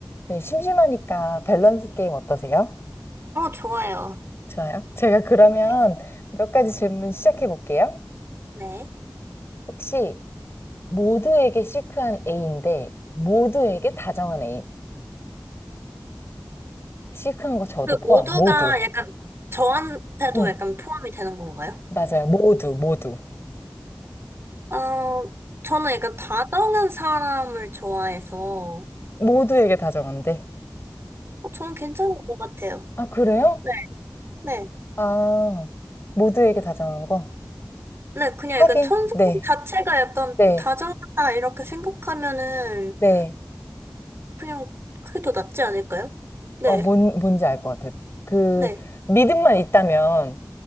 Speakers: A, on the left; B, on the right.
A: 네, 심심하니까 밸런스 게임 어떠세요?
B: 어, 좋아요.
A: 좋아요. 제가 그러면
B: 네.
A: 몇 가지 질문 시작해 볼게요.
B: 네.
A: 혹시 모두에게 시크한 A인데 모두에게 다정한 A. 시크한 거 저도
B: 그
A: 포함.
B: 모두가
A: 모두.
B: 약간 저한테도
A: 응,
B: 약간 포함이 되는 건가요?
A: 맞아요. 모두, 모두.
B: 어, 저는 약간 다정한 사람을 좋아해서 어,
A: 모두에게 다정한데.
B: 저는 괜찮은 것 같아요.
A: 아, 그래요?
B: 네. 네.
A: 아, 모두에게 다정한 거?
B: 네, 그냥
A: 하긴,
B: 약간 천성
A: 네,
B: 자체가 약간
A: 네,
B: 다정하다 이렇게 생각하면은
A: 네.
B: 그냥 그게 더 낫지 않을까요? 네.
A: 어, 뭔, 뭔지 알 것 같아요. 그,
B: 네.
A: 믿음만 있다면